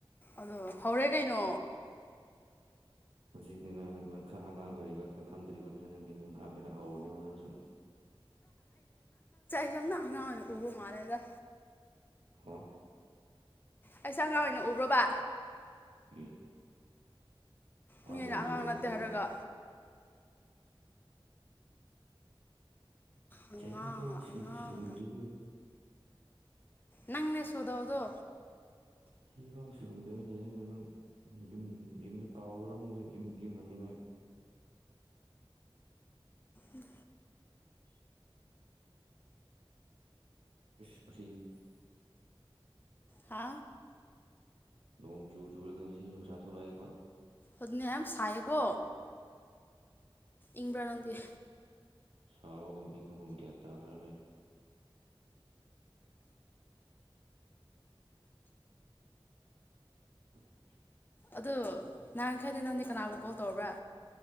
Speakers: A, on the left; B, on the right.
A: ꯑꯗꯣ ꯍꯧꯔꯦ ꯀꯩꯅꯣ
B: ꯍꯧꯖꯤꯛ ꯅꯪ ꯈꯔ ꯑꯉꯥꯡ ꯑꯣꯏꯔꯤꯕ ꯈꯔ ꯈꯪꯗ꯭ꯔꯤꯕ ꯐꯖꯅ ꯉꯍꯥꯛꯂꯅ ꯍꯧꯔꯅꯦꯕ ꯅꯪꯁꯨ
A: ꯌꯥꯝ ꯑꯉ ꯑꯣ ꯃꯥꯔꯦꯗ
B: ꯍꯥꯥ
A: ꯑꯩꯁꯦ ꯑꯉꯥꯡ ꯑꯣꯏꯅ ꯎꯕ꯭ꯔꯕ
B: ꯌꯦ
A: ꯃꯤ
B: ꯑꯅꯅꯒ
A: ꯑꯣꯏꯅ ꯑꯉꯥꯡ
B: ꯑꯗꯨꯗꯤ
A: ꯅꯠꯇꯦ ꯍꯥꯏꯔꯒ ꯑꯉꯥꯡ
B: ꯆꯥꯏꯒꯤ ꯄ ꯁ
A: ꯑꯉꯥꯡ
B: ꯁꯨꯗ꯭ꯔꯔꯤꯕ
A: ꯅꯪꯅꯦ ꯁꯗꯥꯧꯗꯣ
B: ꯆꯍꯤ ꯐꯥꯎ ꯁꯨꯗ꯭ꯔꯒ ꯂꯩꯔ ꯅꯪ ꯌꯨꯝ ꯌꯨꯝꯗ ꯀꯥꯎꯈ꯭ꯔꯣ ꯑꯃ ꯌꯨꯝ ꯌꯨꯝ ꯍꯟꯅꯤꯡꯉꯥꯏ <inaudible> <unintelligible>
A: ꯎꯝ
B: ꯈꯨ ꯈꯁꯤ
A: ꯍꯥ
B: ꯅꯣꯡ ꯆꯨ ꯆꯨꯔꯒ ꯉꯁꯤꯁꯨ ꯅꯨꯡꯁꯥ ꯊꯣꯛꯂꯛꯑꯦꯕ
A: ꯑꯗꯨꯗꯤꯅꯤ ꯌꯥꯝ ꯁꯥꯏꯌꯦꯀꯣ ꯏꯪꯕ꯭ꯔꯥ ꯅꯪꯗꯤꯦ
B: ꯁꯥꯕꯒꯨꯝ ꯏꯪꯕꯒꯨꯝ ꯒ꯭ꯌꯥꯟ ꯇꯥꯗ ꯂꯩ <inaudible> <unintelligible>
A: ꯑꯗꯨ ꯅꯍꯥꯟ ꯈꯩꯗꯤ ꯅꯪꯗꯤ ꯀꯅꯥꯕꯨ ꯀꯣꯜ ꯇꯔꯕ꯭ꯔꯥ